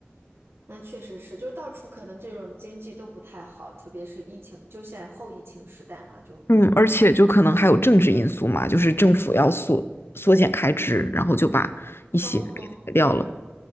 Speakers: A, on the right; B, on the left.
A: 那确实是，就是到处可能这种经济都不太好，特别是疫情，就现在后疫情时代嘛，就，
B: 嗯，而且就可能还有政治因素嘛，就是政府要缩缩减开支，然后就把一些给裁掉了。
A: 嗯嗯。是。